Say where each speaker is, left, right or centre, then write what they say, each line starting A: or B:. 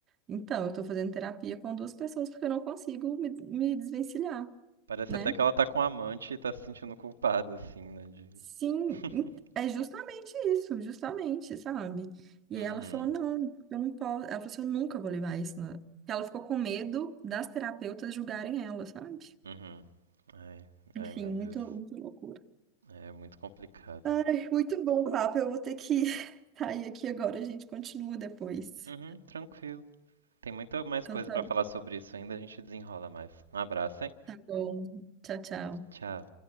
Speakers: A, on the right; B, on the right.
A: então, eu estou fazendo terapia com duas pessoas porque eu não consigo me, me desvencilhar,
B: Parece
A: né?
B: até que ela tá com um amante e tá se sentindo culpada, assim, né? De...
A: Sim,
B: <laughs>
A: en- é justamente isso, justamente, sabe? E
B: Uhum,
A: aí ela falou, não, eu não posso. Ela falou assim, eu nunca vou levar isso. na-". Porque Ela ficou com medo das terapeutas julgarem ela, sabe?
B: uhum. Ai, ai,
A: Enfim,
B: meu
A: muito,
B: Deus.
A: muito loucura.
B: É muito complicado.
A: Ai, muito bom, o papo. Eu vou ter que <laughs> sair aqui agora, a gente continua depois.
B: Uhum, tranquilo. Tem muita mais
A: Então
B: coisa
A: tá,
B: pra falar sobre isso ainda, a gente desenrola mais. Um abraço, hein?
A: tá bom. Tchau, tchau.
B: Tchau.